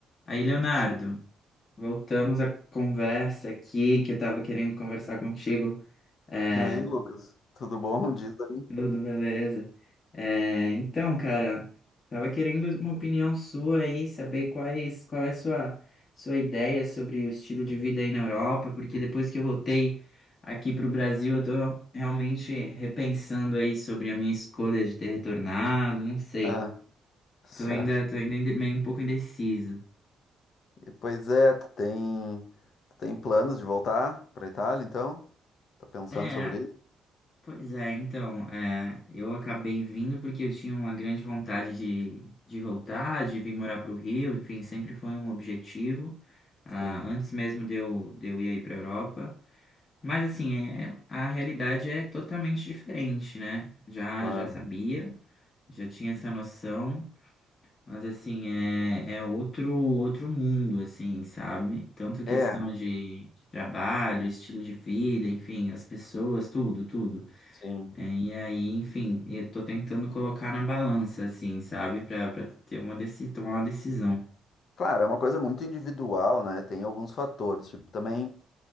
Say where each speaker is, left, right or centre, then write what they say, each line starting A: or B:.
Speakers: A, on the left (about 40°); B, on the left (about 60°).
A: Aí, Leonardo, voltamos à conversa aqui que eu estava querendo conversar contigo. É,
B: E aí, Lucas, tudo bom? Diz aí.
A: tudo beleza? É, então, cara, tava querendo uma opinião sua aí, saber quais, qual é a sua, sua ideia sobre o estilo de vida aí na Europa, porque depois que eu voltei aqui para o Brasil, eu tô realmente repensando aí sobre a minha escolha de ter retornado, não sei.
B: Ah, <laughs>
A: Tô ainda, tô ainda inde- meio um pouco indeciso.
B: e pois é, tu tem, tu tem planos de voltar para Itália, então? Tá pensando
A: É,
B: sobre isso?
A: Pois é, então, é, eu acabei vindo porque eu tinha uma grande vontade de, de voltar, de vir morar para o Rio, enfim, sempre foi um objetivo, ah,
B: Sim,
A: antes mesmo de eu, de eu ir aí para a Europa. Mas, assim, é, a realidade é totalmente diferente, né? Já,
B: claro.
A: já sabia, já tinha essa noção, mas, assim, é, é outro, outro mundo, assim, sabe? Tanto questão
B: É,
A: de, de trabalho, estilo de vida, enfim, as pessoas, tudo, tudo.
B: sim.
A: É, e aí, enfim, eu tô tentando colocar na balança, assim, sabe? Pra, pra ter uma deci tomar uma decisão.
B: Claro, é uma coisa muito individual, né? Tem alguns fatores, tipo, também,